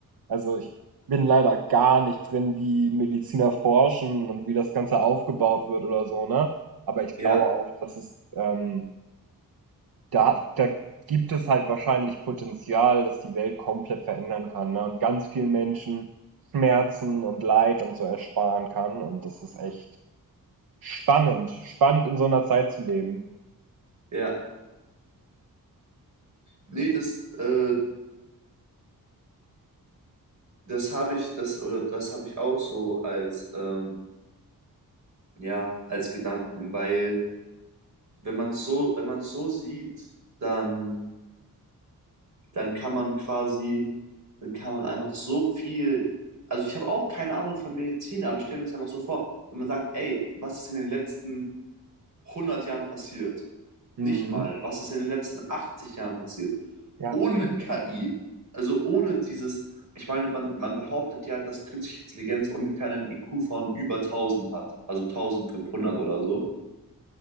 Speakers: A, on the right; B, on the right.
A: Also ich bin leider gar nicht drin, wie Mediziner forschen und wie das Ganze aufgebaut wird oder so, ne? Aber ich
B: Ja,
A: glaube auch, dass es, ähm, da, hat, da gibt es halt wahrscheinlich Potenzial, dass die Welt komplett verändern kann, ne? Und ganz vielen Menschen Schmerzen und Leid und so ersparen kann. Und das ist echt Spannend, spannend in so einer Zeit zu leben.
B: ja. Nee, das, äh, das habe ich, das, oder das habe ich auch so als, ähm, ja, als Gedanken, weil wenn man es so, wenn man es so sieht, dann dann kann man quasi, dann kann man einfach so viel, also ich habe auch keine Ahnung von Medizin, aber ich stelle mir es einfach so vor, wenn man sagt, ey, was ist in den letzten hundert Jahren passiert? Nicht
A: Mhm.
B: mal, was ist Mhm. in den letzten 80 Jahren passiert?
A: Ja,
B: Ohne KI, also ohne dieses, ich meine, man, man behauptet ja, dass künstliche Intelligenz ungefähr einen IQ von über tausend hat, also tausendfünfhundert oder so.